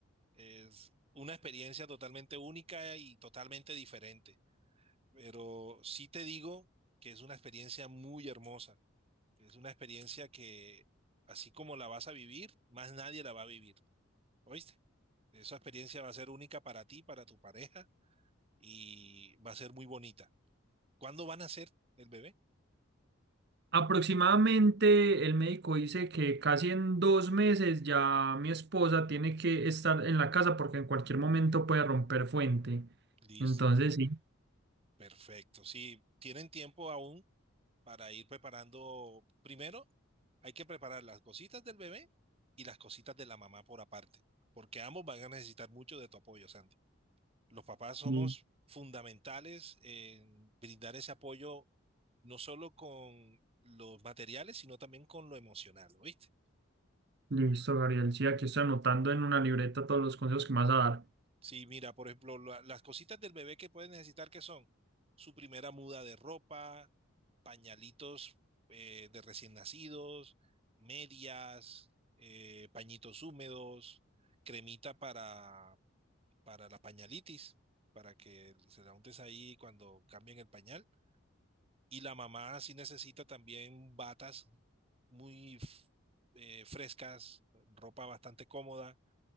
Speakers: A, on the right (about 30°); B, on the right (about 50°).
A: Es una experiencia totalmente única y totalmente diferente. Pero sí te digo que es una experiencia muy hermosa. que Es una experiencia que, así como la vas a vivir, más nadie la va a vivir. ¿Oíste? Esa experiencia va a ser única para ti, para tu pareja y va a ser muy bonita. ¿Cuándo van a ser el bebé?
B: Aproximadamente el médico dice que casi en dos meses ya mi esposa tiene que estar en la casa porque en cualquier momento puede romper fuente.
A: Listo,
B: Entonces, sí,
A: perfecto. Sí, tienen tiempo aún para ir preparando. Primero, hay que preparar las cositas del bebé y las cositas de la mamá por aparte, porque ambos van a necesitar mucho de tu apoyo, Santi. Los papás somos
B: sí,
A: fundamentales en brindar ese apoyo no solo con los materiales, sino también con lo emocional, ¿oíste?
B: listo, Gabriel. Sí, aquí estoy anotando en una libreta todos los consejos que me vas a dar.
A: Sí, mira, por ejemplo, la- las cositas del bebé que puede necesitar, que son? Su primera muda de ropa, pañalitos eh, de recién nacidos, medias, eh, pañitos húmedos, cremita para, para la pañalitis, para que se la untes ahí cuando cambien el pañal. Y la mamá sí necesita también batas muy f- eh, frescas, ropa bastante cómoda